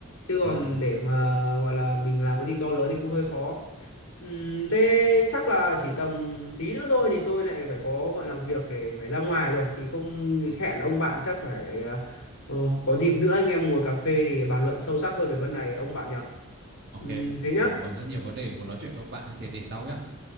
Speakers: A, on the left; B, on the right.
A: chứ còn
B: đúng rồi đúng rồi
A: để mà gọi là mình làm cái gì to lớn thì cũng hơi khó Ừm, thế chắc là chỉ tầm tí nữa thôi thì tôi lại phải có gọi là việc để phải ra ngoài rồi thì không
B: ừ.
A: hẹn ông bạn chắc phải ờ, ờ, có dịp nữa anh em ngồi cà phê thì bàn luận sâu sắc hơn về vấn này ông bạn nhỉ.
B: Ok,
A: Ừm, thế nhá.
B: thế còn rất nhiều vấn đề muốn nói chuyện với ông bạn như thế để sau nhá.